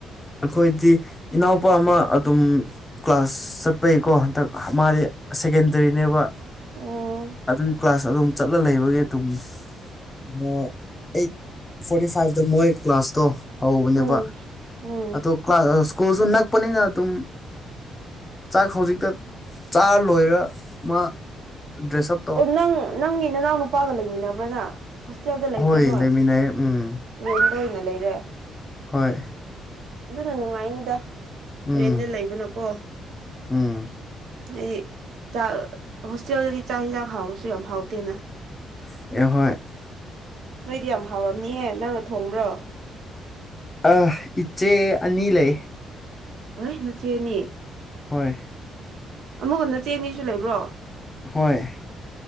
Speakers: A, on the left (about 20°); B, on the right (about 70°).
A: ꯑꯩꯈꯣꯏꯗꯤ ꯏꯅꯥꯎꯄꯥ ꯑꯃ ꯑꯗꯨꯝ ꯀ꯭ꯂꯥꯁ ꯆꯠꯄꯩꯀꯣ ꯃꯥꯗꯤ ꯁꯦꯀꯦꯟꯗꯔꯤꯅꯦꯕ
B: ꯑꯣ
A: ꯑꯗꯨꯒꯤ ꯀ꯭ꯂꯥꯁ ꯑꯗꯨꯝ ꯆꯠꯂ ꯂꯩꯕꯒꯤ ꯇꯨꯡ ꯀꯩꯅꯣ ꯑꯩꯠ ꯐꯣꯔꯇꯤ ꯐꯥꯏꯚꯇ ꯃꯣꯏ ꯀ꯭ꯂꯥꯁꯇꯣ ꯍꯧꯕꯅꯦꯕ
B: ꯎꯝ ꯎꯝ
A: ꯣ ꯀ ꯀ꯭ꯂ ꯁꯀꯨꯜ ꯁꯅꯥꯄ ꯑꯗꯨ ꯆꯥꯛ ꯍꯧꯖꯤꯛꯇ ꯆꯥꯔ ꯂꯣꯏꯔ ꯃꯥ ꯗ꯭ꯔꯦꯁꯑꯞ
B: ꯑꯣ ꯅꯪ ꯅꯪꯒꯤ ꯅꯅꯥꯎ ꯅꯨꯄꯥꯒ ꯂꯩꯃꯤꯟꯅꯕ꯭ꯔꯅ ꯍꯣꯁꯇꯦꯜꯗ ꯂꯩꯇ꯭ꯔꯦ
A: ꯍꯣꯏ
B: ꯅꯣꯏ
A: ꯂꯩꯃꯤꯟꯅꯩ ꯎꯝ
B: ꯔꯦꯟꯗ ꯑꯣꯏꯅ ꯂꯩꯔꯦ
A: ꯍꯣꯏ
B: ꯑꯗꯨꯅ ꯅꯨꯡꯉꯥꯏꯅꯤꯗ
A: ꯎꯝ
B: ꯔꯦꯟꯗ ꯂꯩꯕꯅꯀꯣ
A: ꯎꯝ
B: ꯍꯥꯏꯗꯤ ꯆꯥꯛ ꯍꯣꯁꯇꯦꯜꯗꯗꯤ ꯆꯥꯛ ꯌꯦꯟꯁꯥꯡ ꯍꯥꯎꯔꯁꯨ ꯌꯥꯝ ꯍꯥꯎꯇꯦꯅ
A: <unintelligible>
B: ꯅꯣꯏꯗꯤ ꯌꯥꯝ ꯍꯥꯎꯔꯝꯅꯤꯍꯦ ꯅꯪꯅ ꯊꯣꯡꯕ꯭ꯔꯣ
A: ꯑ ꯏꯆꯦ ꯑꯅꯤ ꯂꯩ
B: ꯋꯥꯥꯏ ꯅꯆꯦꯅꯤ
A: ꯍꯣꯏ
B: ꯑꯃꯒꯅꯆꯦ ꯑꯅꯤꯁꯨ ꯂꯩꯕ꯭ꯔꯣ
A: ꯍꯣꯏ